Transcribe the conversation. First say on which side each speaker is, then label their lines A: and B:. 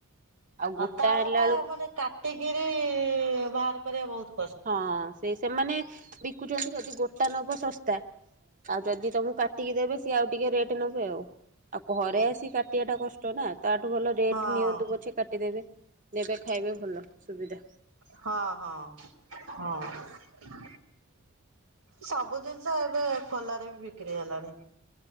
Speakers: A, on the right; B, on the right.
A: ଆଉ
B: ହଁ
A: ଗୋଟା
B: ତାଳ
A: ହେଲା
B: ଟା
A: ବେଳକୁ
B: ମାନେ କାଟିକି ବାହାର କରିବା ବହୁତ ।
A: ହଁ ସେଇ ସେମାନେ ବିକୁଛନ୍ତି ଯଦି ଗୋଟେ । ଟ ନବୋ ଶସ୍ଥା । ଆଉ ଯଦି ତମକୁ କାଟିକି ଦେବେ ସି ଆଉ ଟିକେ ରେଟ୍ ଆଉ ଯଦି ତମକୁ କାଟିକି ଦେବେ ସିଏ ଆଉ ଟିକିଏ ରେଟେ ନେବେ ଘରେ ଆସିିକ କାଟିବା ଟା କଷ୍ଟ ନା ତାଠୁ ଭଲ ରେଟ
B: ହଁ
A: ନିଅନ୍ତୁ ପଛେ କାଟିଦେବେ ଦେବେ ଖାଇବେ ଭଲ। ସୁବିଧା
B: ହଁ ହଁ। ହଁ। ସବୁ ଜିନିଷ ଏବେ ଖୋଲା ରେ ବିକ୍ରି ହେଲାଣି।